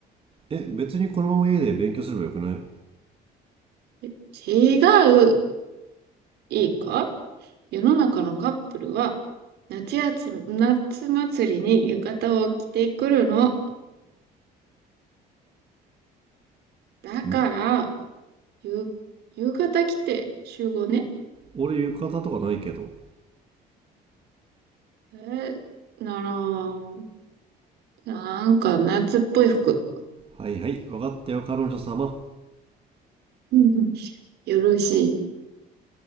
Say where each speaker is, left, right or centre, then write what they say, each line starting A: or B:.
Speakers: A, on the right (about 35°); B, on the right (about 75°).
A: え、別にこのまま家で勉強すればよくないん
B: 違う。いいか世の中のカップルは、夏やつ、夏祭りに浴衣を着てくるの。だから、
A: ん
B: ゆ、浴衣着て集合ね。
A: 俺浴衣とかないけど。
B: えーなら、なんか夏っぽい服。
A: はいはい、分かったよ、彼女様。
B: うんうんよろしい。